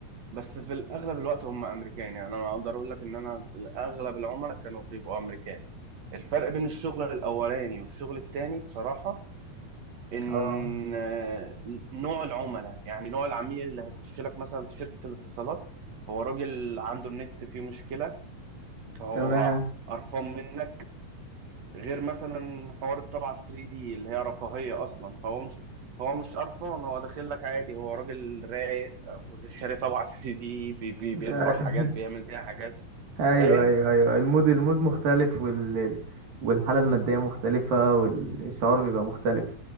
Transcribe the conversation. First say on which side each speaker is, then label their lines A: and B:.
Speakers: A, on the right; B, on the right.
A: بس في الأغلب الوقت هم أمريكان يعني أنا أقدر أقول لك إن أنا أغلب العملاء كانوا بيبقوا أمريكان الفرق بين الشغل الأولاني والشغل التاني بصراحة إن
B: اه
A: آه، نوع العملاء يعني نوع العميل اللي هيخش لك مثلا في شركة الاتصالات هو راجل عنده النت فيه مشكلة فهو
B: تمام
A: قرفان منك غير مثلا حوار الطبعة 3 دي اللي هي رفاهية أصلا فهو مش هو مش قرفان هو داخل لك عادي هو راجل رايق آه، شاري طبعة 3 دي بي بي
B: <laughs>
A: بيطبع حاجات بيعمل بيها حاجات
B: ايوه
A: فاهم
B: ايوه ايوه المود المود مختلف وال والحاله الماديه مختلفه والشعور بيبقى مختلف